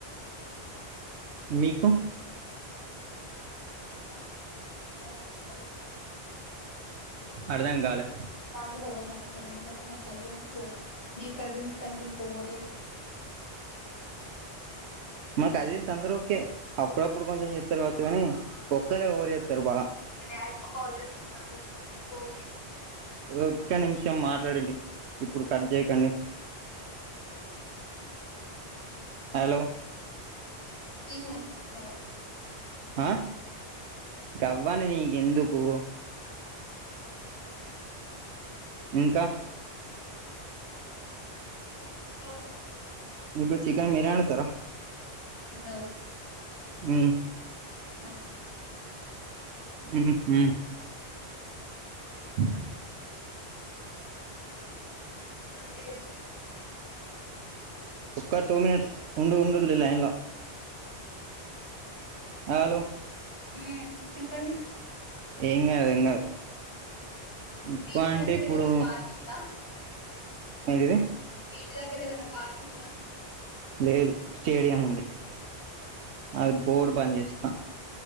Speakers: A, on the right; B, on the left.
A: మీకు
B: నాకు ఎవరు నచ్చారు
A: అర్థం కాలే
B: నాకు కూడా ఎవరు నచ్చరు ఎందుకంటే మా కజిన్స్ మీ కజిన్స్ కంటే ఎక్కువ ఓవర్ చేస్
A: మా కజిన్స్ అందరు ఓకే అప్పుడప్పుడు కొంచెం చెత్తరు కావచ్చు కాని ఒక్కలే ఓవరు చేత్తర్ బాగా
B: మా డాడీ కాల్ చేస్తున్నారు ఓ
A: ఒక్క నిమిషం మాట్లాడండి ఇప్పుడు కట్ చేయకండి హలో
B: స్ త్రీ మనిట్స్ మోర్
A: ఆ గవ్వని నీకేందు కు ఇంకా
B: చెప్పాలి
A: ఇప్పుడు చికెన్ మీరే ఒండుతరా
B: నో
A: హ్మ్
B: మా మమ్మీ
A: ఉహు అ
B: మళ్ళీ చేస్
A: ఒక్క టూ మినిట్స్ ఉండి ఉండుడిల్లీ లైన్లో హలో
B: హలో చెప్పండి
A: ఎంగద్ ఎంగాద్ ఏకువ
B: బీచ్
A: అంటే
B: దగ్గర
A: ఇప్పుడు
B: ఏదైనా పార్క్ ఉందా
A: ఏంటిది
B: ఇంటిదగ్గర ఏదన్న పార్క్ ఉందా
A: లేదు స్టేడియం ఉంది అది పోడు బ్యాంజేస్తా